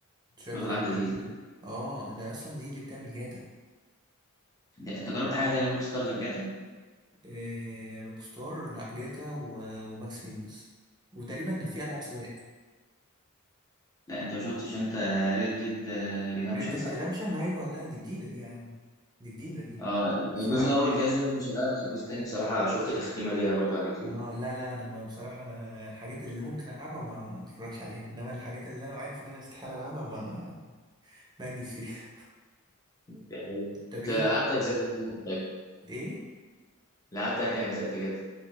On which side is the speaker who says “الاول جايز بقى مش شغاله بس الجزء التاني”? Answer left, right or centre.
Left